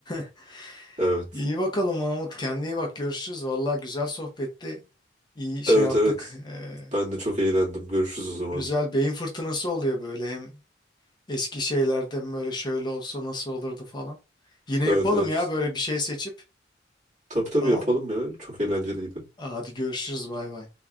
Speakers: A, on the left; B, on the right.
A: <laughs>
B: Evet.
A: İyi bakalım Mahmut. Kendine iyi bak. Görüşürüz. Valla güzel sohbetti. İyi şey
B: Evet
A: yaptık.
B: evet.
A: Ee,
B: Ben de çok eğlendim. Görüşürüz o zaman.
A: güzel beyin fırtınası oluyor böyle hem Eski şeylerde mi böyle şöyle olsa nasıl olurdu falan. Yine yapalım
B: Evet evet.
A: ya böyle bir şey seçip.
B: Tabii tabii
A: Tamam.
B: yapalım ya. Çok eğlenceliydi.
A: Hadi görüşürüz bay bay.